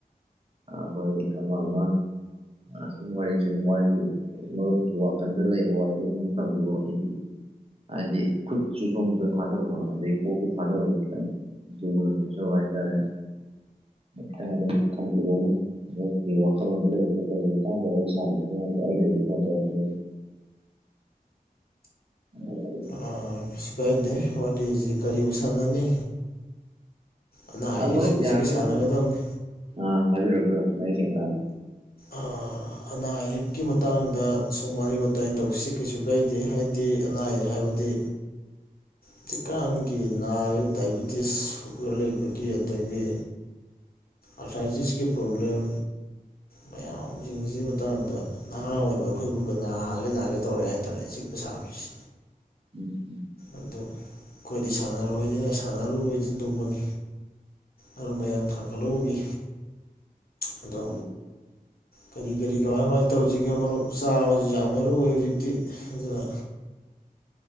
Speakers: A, on the right; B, on the left.
A: ꯑꯥ ꯍꯣꯏ ꯑꯃ ꯃꯥ ꯑꯥ ꯁꯨꯝ ꯋꯥꯔꯤ ꯁꯨꯝ ꯋꯥꯔꯤ ꯃꯔꯨꯞꯀꯤ ꯋꯥꯈꯜꯗ ꯂꯩꯕ ꯋꯥꯔꯤꯗꯣ ꯁꯨꯝ ꯊꯝꯕꯤꯌꯣ ꯑꯩꯗꯤ ꯍꯥꯏꯗꯤ ꯈꯨꯠꯁꯤ ꯁꯣꯝꯗ ꯊꯥꯗꯕ ꯑꯗꯩ ꯀꯣꯛꯁꯨ ꯊꯥꯗꯕ ꯈꯤꯇꯪ ꯂꯨꯅ ꯊꯣꯛꯆꯕ ꯍꯥꯏꯇꯥꯔꯦ ꯃꯊꯪꯗꯩ ꯊꯪꯕꯤꯔꯅꯨ ꯃꯔꯨꯞꯀꯤ ꯋꯥꯈꯜꯂꯣꯟꯗ ꯂꯩꯕꯗꯣ ꯀꯔꯤꯒꯤ ꯃꯇꯥꯡꯗ ꯋꯥꯔꯤ ꯁꯥꯖꯤꯒꯦ ꯍꯥꯏꯕꯗꯣ ꯑꯩꯅꯕꯨꯗꯤ ꯐꯣꯟ ꯇꯧꯔꯛꯄꯅꯦ <inaudible>
B: ꯑꯥ ꯀꯩꯁꯨ ꯀꯥꯏꯗꯦ ꯋꯥꯔꯤꯖꯤ ꯀꯔꯤꯕꯨ ꯁꯥꯟꯅꯅꯤ ꯑꯅꯥ ꯑꯌꯦꯛꯁꯤꯡꯁꯤꯒꯤ
A: ꯃꯔꯨꯞ ꯌꯥꯔꯒꯗꯤ
B: ꯁꯥꯟꯅꯒꯗꯕꯅꯤ
A: ꯑꯥ ꯍꯥꯏꯕꯤꯔꯣ ꯍꯥꯏꯕꯤꯔꯣ ꯃꯌꯦꯛ ꯁꯦꯡꯅ ꯇꯥꯔꯦ
B: ꯑꯥ ꯑꯅꯥ ꯑꯌꯦꯛꯀꯤ ꯃꯇꯥꯡꯗ ꯁꯨꯝ ꯋꯥꯔꯤ ꯋꯥꯇꯥꯏ ꯇꯧꯁꯤ ꯀꯩꯁꯨ ꯀꯥꯏꯗꯦ ꯍꯥꯏꯗꯤ ꯑꯅꯥ ꯑꯌꯦꯛ ꯍꯥꯏꯕꯗꯤ
A: <inaudible>
B: ꯍꯧꯖꯤꯛꯀꯥꯟꯒꯤ ꯅꯥꯔꯤꯕ ꯗꯥꯏꯕꯤꯇꯤꯁ ꯁꯨꯒꯔ ꯂꯩꯕꯒꯤ ꯑꯗꯒꯤ ꯑꯊꯥꯏꯇꯤꯁꯀꯤ ꯄ꯭ꯔꯣꯕ꯭ꯂꯦꯝ ꯃꯌꯥꯝꯖꯤꯡꯖꯤꯒꯤ ꯃꯇꯥꯡꯗ ꯅꯍꯥ ꯑꯣꯏꯕ ꯑꯩꯈꯣꯏꯕꯨ ꯅꯥꯒꯦ ꯅꯥꯒꯦ ꯇꯧꯔꯦ ꯍꯥꯏꯇꯥꯔꯦ ꯆꯤꯛꯄ ꯁꯥꯕꯁꯦ
A: ꯎꯝ ꯍꯝ
B: ꯑꯗꯣ ꯑꯩꯈꯣꯏꯗꯤ ꯁꯥꯟꯅꯔꯣꯏꯅꯤꯅ ꯁꯥꯟꯅꯔꯨꯕꯩ ꯊꯤꯟꯗꯣꯛꯄꯅꯤ ꯑꯔꯨꯝ ꯃꯌꯥꯡ ꯊꯥꯡꯒꯠꯂꯨꯕꯒꯤ ꯑꯗꯣ
A: <unintelligible>
B: ꯀꯔꯤ ꯀꯔꯤ ꯀꯃꯥꯏ ꯀꯃꯥꯏ ꯇꯧꯖꯤꯒꯦ ꯃꯔꯨꯞ ꯆꯥꯕꯖꯤꯖꯨ ꯌꯥꯝ ꯃꯔꯨ ꯑꯣꯏ ꯍꯧꯖꯤꯛꯇꯤ ꯑꯗꯨꯅ